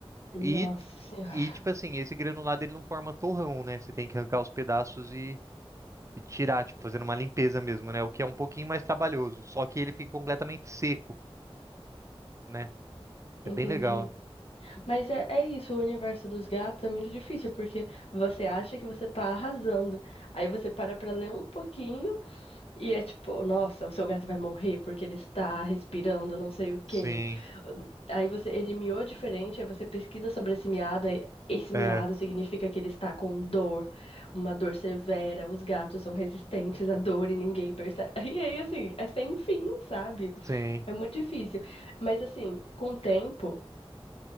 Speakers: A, on the left; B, on the right.
A: Nossa
B: E,
A: senhora,
B: e tipo assim, esse granulado ele não forma torrão, né? Você tem que arrancar os pedaços e, e tirar, tipo, fazendo uma limpeza mesmo, né? O que é um pouquinho mais trabalhoso, só que ele fica completamente seco, né?
A: <laughs> entendi.
B: É bem legal.
A: Mas é, é isso, o universo dos gatos é muito difícil, porque você acha que você tá arrasando. Aí você para pra ler um pouquinho e é tipo, nossa, o seu gato vai morrer porque ele está respirando não sei o quê.
B: Sim,
A: Aí você, ele miou diferente, aí você pesquisa sobre esse miado, aí esse
B: é,
A: miado significa que ele está com dor, uma dor severa, os gatos são resistentes à dor e ninguém percebe. <laughs> E aí, assim, é sem fim, sabe?
B: sim.
A: É muito difícil. Mas assim, com o tempo,